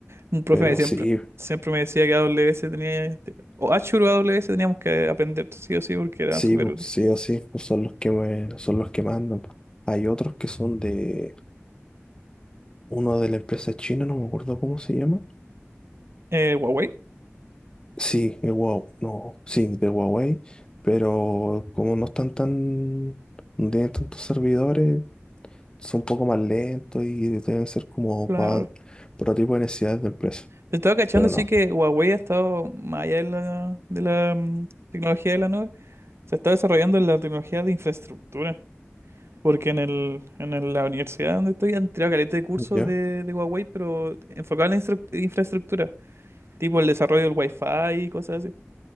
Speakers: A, on the right; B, on the left.
A: Un profe
B: Pero
A: me siempre,
B: sí,
A: siempre me decía que A W AWS tenía, este, o Azure o AWS teníamos que aprender sí o sí porque era
B: sí,
A: súper
B: po,
A: útil.
B: sí o sí, pues son los que me, son los que mandan. po. Hay otros que son de uno de la empresa china, no me acuerdo cómo se llama,
A: Eh, Huawei,
B: Sí, de Huawei, no, sí, de Huawei, pero como no están tan, no tienen tantos servidores, son un poco más lentos y deben ser como
A: claro.
B: para otro tipo de necesidades de empresa.
A: Estaba cachando,
B: Pero no,
A: sí que Huawei ha estado más allá de la, de la mm, tecnología de la nube. Se está desarrollando en la tecnología de infraestructura. Porque en el, en el- la universidad donde estoy han tirado caleta de cursos
B: ¿ya?
A: de, de Huawei, pero enfocado en la instru- infraestructura. Tipo el desarrollo del Wi-Fi y cosas así.